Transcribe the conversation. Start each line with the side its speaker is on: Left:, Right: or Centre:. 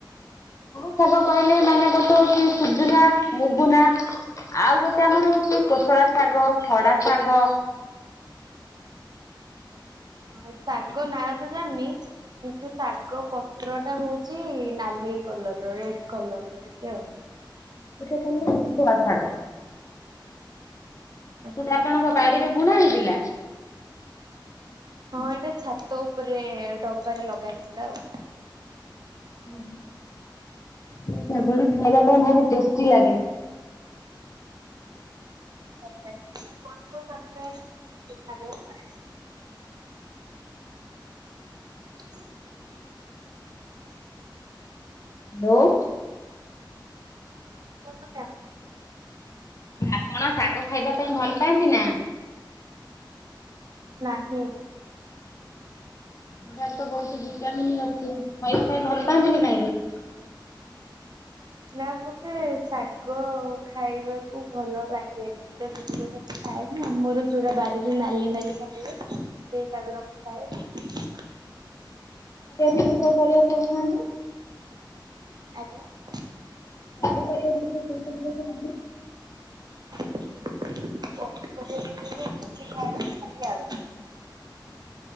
Left: କଉ ସାଗ କହିଲେ ମାନେ ଗୋଟେ ହଉଛି ସୁଜୁନା। ସୂଜୁନା, ମୁଗୁନା ଆଉ ଗୋଟେ ଆମର ହଉଛି କୋଶଳା ଶାଗ, ଖଡା ଶାଗ।
Right: ଅହ ଶାଗ ନାଁ ତ ଜାଣନି। କିନ୍ତୁ ଶାଗ ପତ୍ରଟା ହଉଛି ନାଲି କଲରର ରେଡ କଲରର ଟିକେ ଆଉ।
Left: ସେଇଟା ତାହେଲେ କୋଶଳା ସାଗ
Right: ଓହୋ।
Left: ମୁଁ କହିଲି ଆପଣଙ୍କର। ବାଡିରେ ବୁଣା ହେଇଥିଲା?।
Right: ହଁ ଏଇଟା ଛାତ ଉପରେ ଡବାରେ ଲଗା ହେଇଥିଲା ଆଉ।
Left: ହୁଁ, ହୁଁ ସାଗଟା ଖାଇବା ପାଇଁ ଭାରି ଟେଷ୍ଟି ଲାଗେ।
Right: ଭଲ ଲାଗେ ମୁଁ ବୋଉକୁ ସବୁବେଳେ କୁହେ। <inaudible>
Left: ବୋଉ।
Right: କୁହନ୍ତୁ ମେମ?।
Left: ଆପଣ ଶାଗ ଖାଇବା ପାଇଁ ଭଲ ପାଆନ୍ତି ନା?।
Right: ନାହିଁ।
Left: ତା ଦେହରେ ତ ବହୁତ ଭିଟାମିନ ଅଛି ଖାଇବା ପାଇଁ ଭଲ ପାଆନ୍ତିନି କାହିଁକି?।
Right: ନା ମୋତେ ଶାଗ ଖାଇବାକୁ ଭଲ ଲାଗେନି। ମୁଁ ତ କୋସଳା ଶାଗ ଖାଏନି ଆମର ଯୋଉଟା ବାରିରେ ନାଲି ନାଲି ଶାଗ ଗୁରା। ସେଇ ଶାଗ ଉରା ମୁଁ ଖାଏ।
Left: କୋଉ ପରିବା ସବୁ ଖାଆନ୍ତି?।
Right: ଆଜ୍ଞା।
Left: ପନିପରିବା ଜଉ ସବୁ ଚୂନୁ ଚୁନୁ କରି କାଟନ୍ତି।
Right: ପନିପରିବା ଭିତରୁ ମୁଁ କିଛି ଖାଏନି ଖାଲି ଆଳୁ।